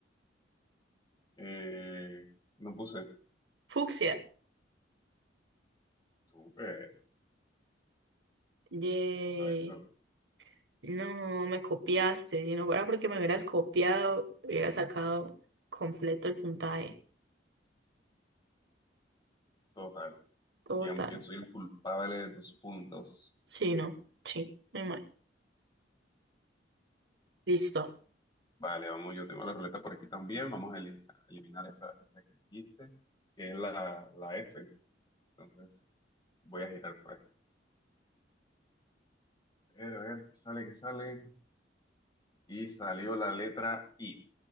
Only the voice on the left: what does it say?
Eh, no puse.
Súper.
Eso, eso.
Total.
Digamos que yo soy el culpable de tus puntos.
Vale, vamos, yo tengo la ruleta por aquí también. Vamos a, eli- a eliminar esa, esa que dijiste, que es la, la F. Entonces, voy a girar por aquí. A ver, a ver, qué sale, qué sale. Y salió la letra I.